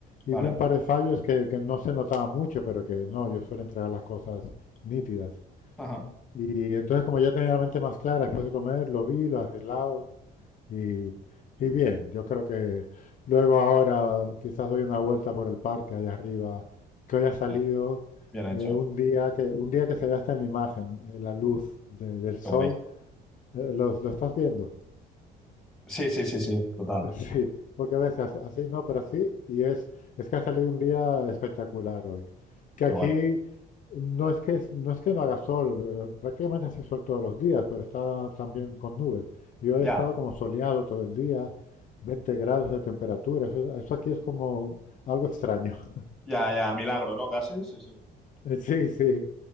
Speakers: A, in the centre; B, on the left.
A: ¿vale?
B: y vi un par de fallos que, que no se notaban mucho, pero que no, yo suelo entregar las cosas nítidas.
A: Ajá,
B: Y entonces como ya tenía la mente más clara después de comer, lo vi, lo arreglado, Y, y bien, yo creo que luego ahora quizás doy una vuelta por el parque allá arriba, que hoy ha
A: ya,
B: salido
A: bien hecho,
B: eh, un día que, un día que se ve hasta en la imagen, eh, la luz de- del sol.
A: qué guay.
B: Eh, ¿Lo, lo estás viendo?
A: Sí, sí, sí, sí, total,
B: <laughs> Sí, porque a veces así no, pero así, y es, es que ha salido un día espectacular hoy. Que
A: qué
B: aquí
A: guay.
B: no es que, no es que no haga sol, eh, prácticamente hace sol todos los días, pero está también con nubes. Y hoy
A: Ya,
B: ha estado como soleado todo el día, 20 grados de temperatura, eso, eso aquí es como algo extraño. <laughs>
A: ya, ya, milagro, ¿no? Casi, sí, sí,
B: Eh, Sí, sí,